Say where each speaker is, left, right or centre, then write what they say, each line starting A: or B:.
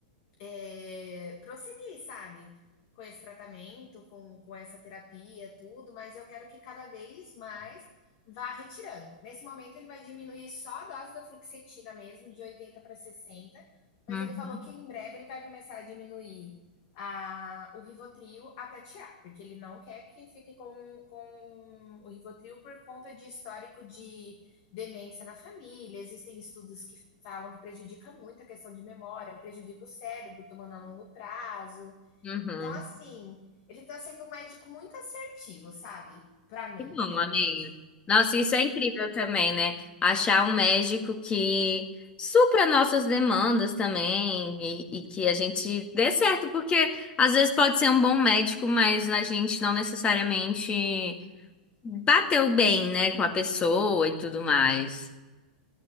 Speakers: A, on the left; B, on the left.
A: é, prosseguir, sabe? Com esse tratamento, com, com essa terapia, tudo, mas eu quero que cada vez mais vá retirando. Nesse momento, ele vai diminuir só a dose da fluoxetina mesmo, de 80 para 60. mas
B: Uhum,
A: ele falou que em breve ele vai começar a diminuir a, o Rivotril até tirar, porque ele não quer que fique com, com o Rivotril por conta de histórico de demência na família, existem estudos que falam que prejudica muito a questão de memória, prejudica o cérebro, tomando a longo prazo.
B: uhum.
A: Então, assim, ele está sendo um médico muito assertivo, sabe? Para mim,
B: Que bom,
A: pelo
B: amiga.
A: menos.
B: Nossa, isso
A: E
B: é incrível também, né? Achar um médico que supra nossas demandas também e, e que a gente dê certo, porque às vezes pode ser um bom médico, mas a gente não necessariamente bateu bem, né, com a pessoa e tudo mais.